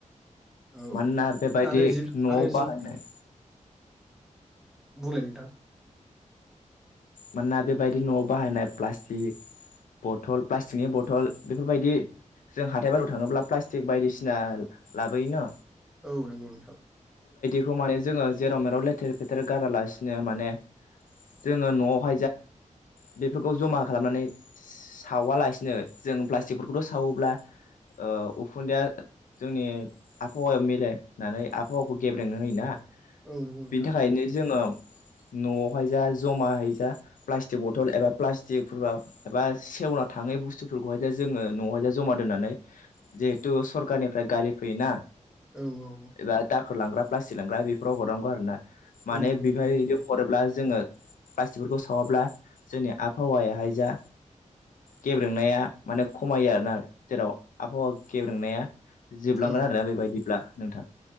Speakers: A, in the centre; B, on the left.
A: औ
B: मानोना बेबायदि
A: आरो जिब
B: न'आव
A: आरो
B: बाहायनाय
A: जिब बुंलाय नोंथां
B: मानोना बेबायदि न'आव बाहायनाय प्लास्टिक, बथल प्लास्टिकनि बथल बेफोरबायदि जों हाथाय बाजाराव थाङोब्ला प्लास्टिक बायदिसिना लाबोयो न
A: औ नंगौ नोंथां
B: बेखौ माने जोङो जेराव-मेराव लेथेर-फेथेर गारालासिनो माने जोङो न'आव <unintelligible> बेफोरखौ जमा खालामनानै सावालासिनो, जों प्लास्टिकफोरखौथ' सावोब्ला औ उखुन्दैया जोंनि आबहावायाव मिलायनानै आबहावाखौ गेब्रेंनो होयोना
A: औ नंगौ नोंथां
B: बिनि थाखायनो
A: औ
B: जोङो न'आवहाय जा जमा हैै प्लास्टिक बथल एबा प्लास्टिकफोरबा एबा सेवना थाङै बुस्थुफोरखौहाय जा जोङो नवावहाय जमा दोननानै जेहेतु सरखारनिफ्राय गारि फैयोना
A: औ औ
B: एबा दाखोर लांग्रा प्लास्टिक लांग्रा बेफोराव हरनांगौ आरो ना। माने
A: औ नंगौ
B: बेबायदि
A: नोंथां नंगौ
B: हरोब्ला जोङो प्लास्टिकफोरखौ सावाब्ला जोंनि आबहावायाहाय जा गेब्रेंनाया माने खमायो आरोना। जेराव आबहावा गेब्रेंनाया जोबलांगोन
A: औ
B: आरोना बेबायदिब्ला नोंथां।